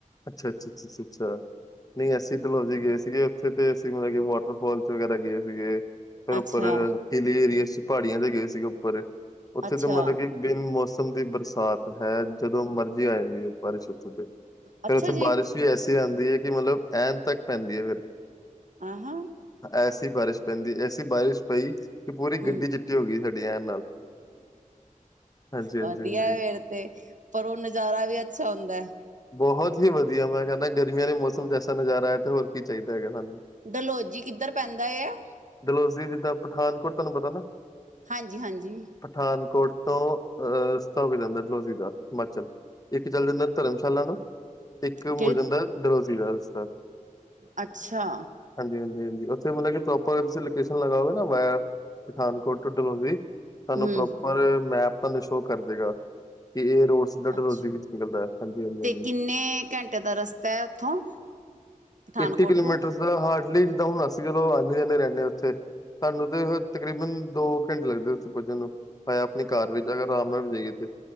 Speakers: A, on the left (about 25°); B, on the right (about 65°).
A: ਅੱਛਾ-ਅੱਛਾ-ਅੱਛਾ ਅੱਛਾ ਨਹੀਂ ਅਸੀਂ ਡਲੋਜੀ ਗਏ ਸੀਗੇ ਉੱਥੇ ਤੇ ਅਸੀਂ ਮਤਲਬ ਕਿ ਵਾਟਰਫੋਾਲ ਚ ਵਗੈਰਾ ਗਏ ਸੀ ਸੀਗੇ, ਪਰ
B: ਅੱਛਾ,
A: ਉੱਪਰ ਹਿਲੀ ਏਰੀਏ ਚ ਪਹਾੜੀਆਂ ਤੇ ਗਏ ਸੀਗੇ ਉੱਪਰ ਉੱਥੇ
B: ਅੱਛਾ,
A: ਤੇ ਮਤਲਬ ਕਿ ਬਿਨ ਮੌਸਮ ਦੀ ਬਰਸਾਤ ਹੈ ਜਦੋਂ ਮਰਜ਼ੀ ਆ ਜਾਂਦੀ ਹੈ ਬਾਰਿਸ਼ ਉੱਥੋਂ ਤੇ। ਫਿਰ
B: ਅੱਛਾ
A: ਉੱਥੇ
B: ਜੀ
A: ਬਾਰਿਸ਼ ਵੀ ਐਸੀ। ਆਂਦੀ ਹੈ ਕਿ ਮਤਲਬ ਐਂਨ ਤੱਕ ਪੈਂਦੀ ਅ ਫਿਰ।
B: ਆਹਾਂ
A: ਐਸੀ ਬਾਰਿਸ਼ ਪੈਂਦੀ ਐਸੀ ਬਾਰਿਸ਼ ਪਈ ਕਿ ਪੂਰੀ
B: ਹੂੰ
A: ਗੱਡੀ ਚਿੱਟੀ ਹੋ ਗਈ ਸਾਡੀ ਐਹਿਣ ਨਾਲ ਹਾਂਜੀ, ਹਾਂਜੀ,
B: ਵਧੀਆ
A: ਹਾਂਜੀ
B: ਫੇਰ ਤੇ ਪਰ ਉਹ ਨਜ਼ਾਰਾ ਵੀ ਅੱਛਾ ਹੁੰਦਾ।
A: ਬੋਹਤ ਹੀ ਵਧੀਆ ਮੈਂ ਕਹਿੰਦਾ ਗਰਮੀਆਂ ਵਾਲੇ ਮੌਸਮ ਚ ਐਸਾ ਨਜ਼ਾਰਾ ਆਯੇ ਤੇ ਹੋਰ ਕੀ ਚਾਹੀਦਾ ਹੈਗਾ ਸਾਨੂੰ
B: ਡਲਲੋਜੀ ਕਿੱਧਰ ਪੈਂਦਾ ਯਾ?
A: ਡਲੋਜ਼ੀ ਜਿੱਦਾਂ ਪਠਾਨਕੋਟ ਤੁਹਾਨੂੰ ਪਤਾ ਨਾ।
B: ਹਾਂਜੀ- ਹਾਂਜੀ
A: ਪਠਾਨਕੋਟ ਤੋਂ ਅ ਰਸਤਾ ਹੋ ਕੇ ਜਾਂਦਾ ਡਲੋਜ਼ੀ ਦਾ। ਹਿਮਾਚਲ ਇੱਕ ਚਲ ਜਾਂਦਾ ਧਰਮਸ਼ਾਲਾ ਨੂੰ ਇੱਕ
B: ਕਿਹੜੀ
A: ਮੁੜ ਜਾਂਦਾ ਡਲੋਜੀ ਦਾ ਰਸ਼ਤਾ।
B: ਅੱਛਾ
A: ਹਾਂਜੀ ਹਾਂਜੀ ਹਾਂਜੀ ਉੱਥੇ ਮਤਲਬ ਕਿ ਪ੍ਰੋਪਰ ਤੁਸੀਂ ਲੋਕੇਸ਼ਨ ਲਗਾਓਗੇ ਨਾ ਵਾਯਾਂ ਪਠਾਨਕੋਟ ਟੂ ਡਲੋਰੀ ਤੁਹਾਨੂੰ
B: ਹੂੰ
A: ਪ੍ਰੋਪਰ ਮੈਪ ਤੁਹਾਨੂੰ ਸ਼ੋਅ ਕਰ ਦੇਗਾ ਕਿ ਇਹ ਰੋਡ ਸਿੱਧਾ ਡਲਹੌਜ਼ੀ
B: ਅਛਾ
A: ਵਿੱਚ ਨਿਕਲਦਾ ਹੈ। ਹਾਂਜੀ, ਹਾਂਜੀ,
B: ਤੇ
A: ਹਾਂਜੀ।
B: ਕਿੰਨੇ ਘੰਟੇ ਦਾ ਰਸਤਾ ਐ ਉੱਥੋਂ ਪਠਾਨਕੋਟ
A: ਏਟੀ ਕਿਲੋਮੀਟਰ
B: ਤੋਂ?
A: ਦਾ ਹਾਰਡਲੀ ਜਿੱਦਾਂ ਹੁਨ ਅਸੀਂ ਚਲੋ ਆਂਦੇ ਜਾਂਦੇ ਰਹਿੰਦੇ ਆ ਉੱਥੇ। ਤੁਹਾਨੂੰ ਤੇ ਫੇਰ ਤਕਰੀਬਨ ਦੋ ਘੰਟੇ ਲੱਗਦੇ ਉੱਥੇ ਪੁੱਜਣ ਨੂੰ। ਆ ਆਪਣੀ ਕਾਰ ਵਿੱਚ ਅਗਰ ਆਰਾਮ ਨਾਲ ਵੀ ਜਾਈਏ ਤੇ।